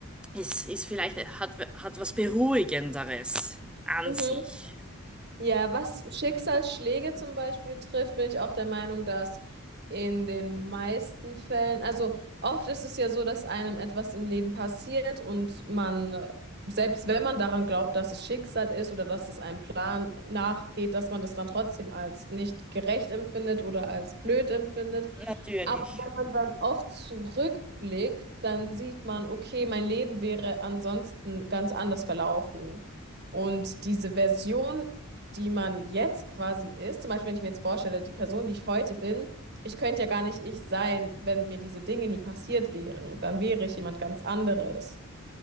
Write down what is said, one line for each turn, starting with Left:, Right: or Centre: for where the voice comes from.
Centre: ist, ist vielleicht, hat, hat was Beruhigenderes an
Right: mhm.
Centre: sich.
Right: Ja, was Schicksalsschläge zum Beispiel trifft, bin ich auch der Meinung, dass in den meisten Fällen, also oft ist es ja so, dass einem etwas im Leben passiert und man, selbst wenn man daran glaubt, dass es Schicksal ist oder dass es einem Plan nachgeht, dass man das dann trotzdem als nicht gerecht empfindet oder als blöd empfindet.
Centre: Natürlich.
Right: Aber wenn man dann oft zurückblickt, dann sieht man, okay, mein Leben wäre ansonsten ganz anders verlaufen. Und diese Version, die man jetzt quasi ist, zum Beispiel, wenn ich mir jetzt vorstelle, die Person, die ich heute bin, ich könnte ja gar nicht ich sein, wenn mir diese Dinge nie passiert wären. Dann wäre ich jemand ganz anderes.